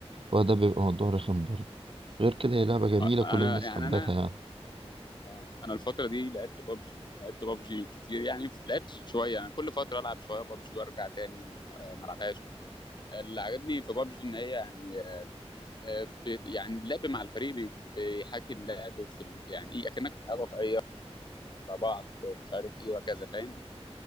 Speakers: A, on the right; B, on the left.
A: هو ده بيبقى موضوع رخم برضو غير كده هي لعبة جميلة
B: آه، انا
A: كل الناس
B: يعني
A: حبتها
B: انا
A: يعني
B: آه. انا الفتره دي لعبت بابجي لعبت بابجي كتير يعني ف- لعبت شويه يعني كل فتره العب شويه بابجي وارجع تاني م- آه، ما العبهاش اللي عجبني في بابجي ان هي يعني آه، بت- يعني اللعب مع الفريق بي- بيحاكي اللعب في ال... يعني ايه اكنك في الحياه الواقعيه مع بعض مش عارف ايه وهكذا فاهم